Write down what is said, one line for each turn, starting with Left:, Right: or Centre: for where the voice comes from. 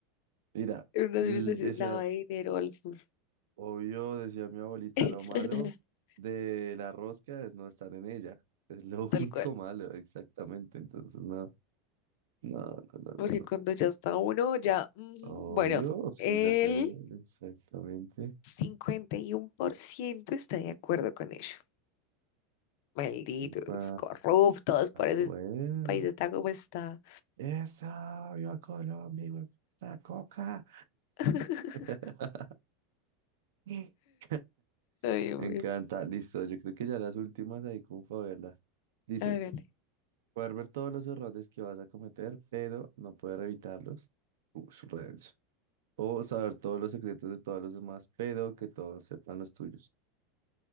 Right: Mira,
Left: En una
Right: l-
Left: administración
Right: decía,
Left: lava de dinero, al- fu-
Right: obvio, decía mi abuelita,
Left: <laughs>
Right: lo malo de la rosca es no estar en ella. Es lo <laughs>
Left: tal
Right: único
Left: cual.
Right: malo, exactamente. Entonces, no, no, no, no,
Left: Porque
Right: no, no.
Left: cuando ya está uno, ya. ujú.
Right: Obvio,
Left: Bueno,
Right: pues,
Left: el
Right: ya cagué, exactamente.
Left: 51% está de acuerdo con ello. Malditos,
Right: Upa,
Left: corruptos, por eso
Right: bueno.
Left: el país está como está.
Right: Eso, yo a Colombia, hijo de puta, coca.
Left: <laughs>
Right: <laughs> <laughs>
Left: Ay, Dios
Right: Me
Left: mío.
Right: encanta. Listo, yo creo que ya las últimas ahí como para verla. Dice,
Left: Hágale.
Right: poder ver todos los errores que vas a cometer, pero no poder evitarlos. Ush, re denso. O saber todos los secretos de todos los demás, pero que todos sepan los tuyos.